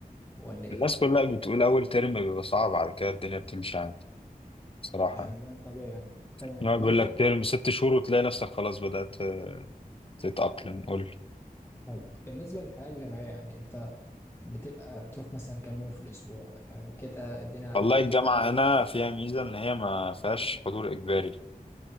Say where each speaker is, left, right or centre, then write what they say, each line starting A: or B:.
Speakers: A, on the left; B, on the left.
A: ولا إيه؟
B: الناس كلها بتقول أول ترم بيبقى صعب على كده الدنيا بتمشي عادي بصراحة
A: يعني ده طبيعي يعني تمام
B: يعني
A: بالنسبة
B: بيقول لك
A: ل-
B: ترم ست شهور وتلاقي نفسك خلاص بدأت آه، تتأقلم قول لي
A: حلو بالنسبة للحياة الجامعية يعني أنت بتبقى بتروح مثلا كام يوم في الأسبوع آه، كده الدنيا
B: والله
A: بتقدر
B: الجامعة هنا فيها ميزة إن هي ما فيهاش حضور إجباري